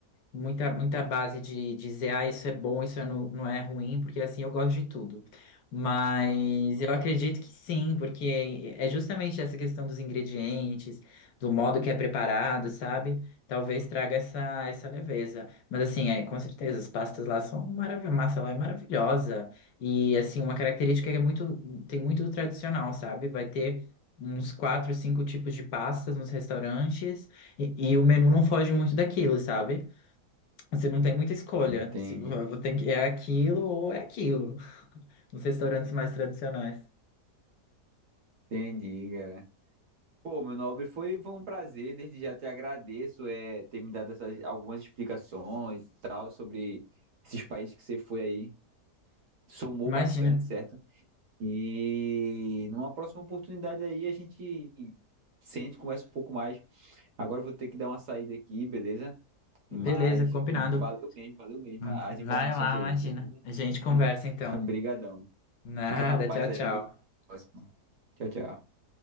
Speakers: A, on the left (about 70°); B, on the right (about 55°).
A: Muita, muita base de dizer, ah, isso é bom, isso é não, não é ruim, porque assim eu gosto de tudo. Mas eu acredito que sim, porque é justamente essa questão dos ingredientes, do modo que é preparado, sabe? Talvez traga essa, essa leveza. Mas assim, é, com certeza, as pastas lá são maravilhosas, massa lá é maravilhosa. E assim, uma característica que é muito, tem muito do tradicional, sabe? Vai ter uns quatro, cinco tipos de pastas nos restaurantes e, e o menu não foge muito daquilo, sabe? Você não tem muita escolha.
B: Entendi.
A: Se vo- vo- tem que- é aquilo ou é aquilo. Nos restaurantes mais tradicionais.
B: Entendi, cara. Pô, meu nobre, foi, foi um prazer, desde já te agradeço é, ter me dado essas, algumas explicações e tal sobre esses países que você foi aí. Somou
A: Imagina.
B: bastante, certo? E numa próxima oportunidade aí a gente sente, conversa um pouco mais. Agora eu vou ter que dar uma saída aqui, beleza?
A: Beleza,
B: Mas
A: combinado.
B: valeu mesmo, valeu mesmo
A: Hum,
B: as
A: Vai
B: informações
A: lá,
B: aí,
A: imagina.
B: beleza?
A: A gente conversa
B: <laughs>
A: então.
B: Obrigadão.
A: Nada,
B: Fica na paz
A: tchau,
B: aí.
A: tchau.
B: Até a próxima. Tchau, tchau.